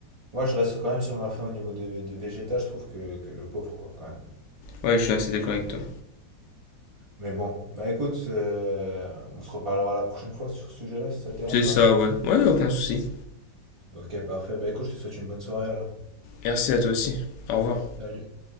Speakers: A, on the right; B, on the left.
A: moi, je reste quand même sur ma fin au niveau de, de Vegeta. Je trouve que, que le pauvre, quoi, quand même.
B: Ouais, je suis assez d'accord
A: Je trouve.
B: avec toi.
A: Mais bon, bah écoute, euh, on se reparlera la prochaine fois sur ce sujet-là si ça te dérange
B: C'est
A: pas.
B: ça, ouais. Ouais, aucun souci.
A: Ok, parfait. Bah écoute, je te souhaite une bonne soirée alors.
B: Merci à toi aussi. Au revoir.
A: Salut.